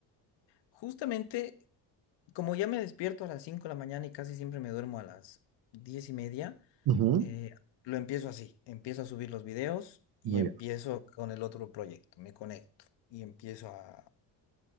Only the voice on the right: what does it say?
Ujú.
Muy
bien,